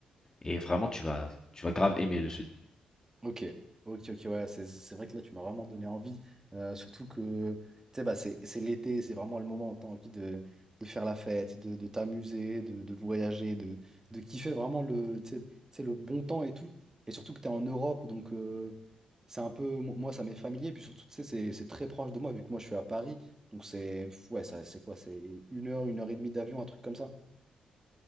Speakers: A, on the left; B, on the right.
A: Et vraiment, tu vas, tu vas grave aimer le sud.
B: Ok, ok, ok, ouais, c'est c'est vrai que là, tu m'as vraiment donné envie. Euh, surtout que, tu sais, bah, c'est c'est l'été, c'est vraiment le moment où tu as envie de, de faire la fête, de, de t'amuser, de, de voyager, de, de kiffer vraiment le, tu sais, tu sais, le bon temps et tout. Et surtout que tu es en Europe, donc euh, c'est un peu, mo- moi, ça m'est familier. Et puis surtout, tu sais, c'est c'est très proche de moi, vu que moi, je suis à Paris. Donc c'est, ouais, ça, c'est quoi? C'est une heure, une heure et demie d'avion, un truc comme ça.